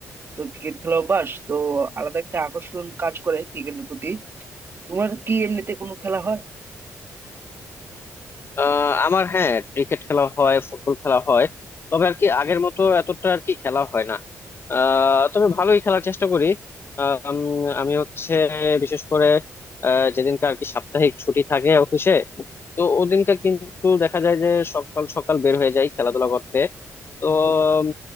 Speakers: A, on the right; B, on the left.
A: তো ক্রিকেট খেলা অভ্যাস তো আলাদা একটা আকর্ষণ কাজ করে ক্রিকেটের প্রতি তোমার কি এমনিতে কোনো খেলা হয়
B: আহ আমার হ্যাঁ ক্রিকেট খেলা হয় ফুটবল খেলা হয় তবে আর কি আগের মতো এতটা আর কি খেলা হয় না আহ তবে ভালোই খেলার চেষ্টা করি আহ, উম, আমি হচ্ছে বিশেষ করে আহ, যেদিনকার আর কি সাপ্তাহিক ছুটি থাকে অফিসে তো ওদিনকার কিন্তু দেখা যায় যে সকাল সকাল বের হয়ে যাই খেলাধুলা করতে তো উম,